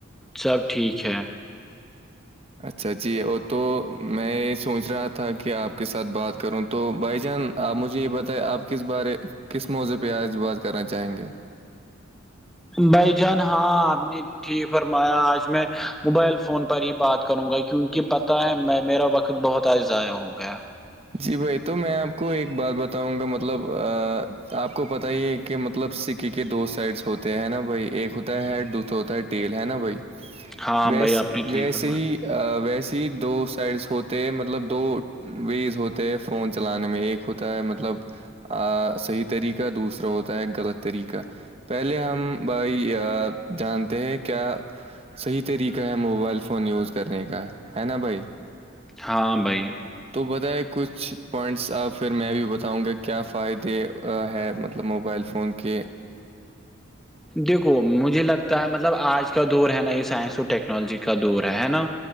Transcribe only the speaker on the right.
اچھا جی وہ تو میں یہ سوچ رہا تھا کہ آپ کے ساتھ بات کروں تو بھائی جان آپ مجھے یہ بتائیں آپ کس بارے کس موضوع پہ آج بات کرنا چاہیں گے
جی بھائی تو میں آپ کو ایک بات بتاؤں گا مطلب آپ کو پتا ہی ہے کہ مطلب سکے کے دو سائڈس ہوتے ہیں نا بھائی ایک ہوتا ہے دوسرا ہوتا ہے تیل ہے نا بھائی
ویس
ویسے
ہی ویسی ہی دو سائڈس ہوتے ہیں مطلب دو ویز ہوتے ہیں فون چلانے میں ایک ہوتا ہے مطلب صحیح طریقہ دوسرا ہوتا ہے ایک غلط طریقہ پہلے ہم ب جانتے ہیں کیا صحیح طریقہ ہے موبائل فون یوز کرنے کا ہے نا بھائی
تو بدا ایک کچھ پوائنٹس پھر میں بھی بتاؤں گا کیا فائدے ہے مطلب موبائل فون کے